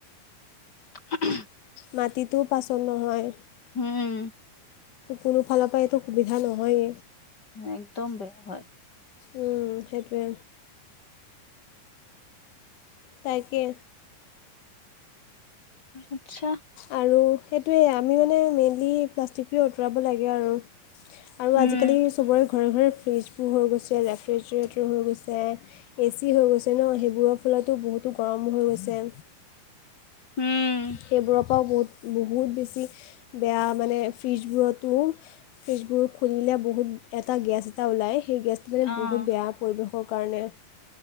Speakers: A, on the left (about 30°); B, on the left (about 75°).
A: <unintelligible>
B: মাটিটোও পাচল নহয়।
A: হম
B: কোনো ফালৰ পৰা এইটো সুবিধা নহয়েই
A: একদম বেয়া হয়।
B: উ সেইটোয়ে তাকে।
A: আত্ছা
B: আৰু সেইটোৱেই আমি মানে মেইনলি প্লাষ্টিকটোৱে আঁতৰাব লাগে আৰু। আৰু
A: উম,
B: আজিকালি চবৰে ঘৰে ঘৰে ফ্ৰিজবোৰ হৈ গৈছে ৰেফ্ৰিজৰেটৰ হৈ গৈছে এ চি হৈ গৈছে ন সেইবোৰৰ ফলতো বহুত গৰমো হৈ গৈছে।
A: উম,
B: সেইবোৰক বহুত বেছি বেয়া মানে ফ্ৰীজবোৰটো, ফ্ৰীজবোৰ খুলিলে বহুত এটা গেছ এটা ওলায় সেই গেছটো
A: অ',
B: বহুত বেয়া পৰিবেশৰ কাৰণে।